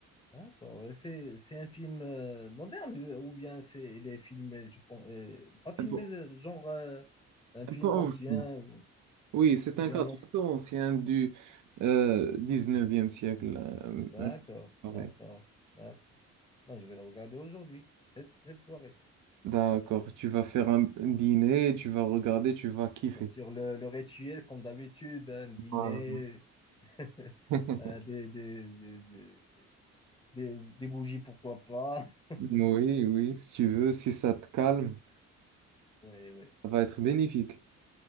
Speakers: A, on the left (about 15°); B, on the right (about 75°).
A: d'accord. Et C'est, c'est un film euh, moderne euh, ou bien c'est, il est filmé, je pense, euh, pas filmé
B: Un peu,
A: euh, genre euh, un
B: un
A: film
B: peu ancien.
A: ancien ou
B: Oui, c'est un
A: bien
B: cadre un peu ancien du euh, 19e siècle. euh,
A: D'accord,
B: un-
A: d'accord, d'accord. Ben, je vais le regarder aujourd'hui, cette, cette soirée.
B: D'accord, tu vas faire un un dîner, tu vas regarder, tu vas kiffer.
A: Bien sûr, le, le rituel, comme d'habitude, un dîner,
B: Voilà.
A: <laughs>
B: <laughs>
A: euh, des, des, des, des, des- des bougies, pourquoi pas. <laughs>
B: Oui, oui, si tu veux, si ça te calme,
A: Oui, oui,
B: ça va être bénéfique.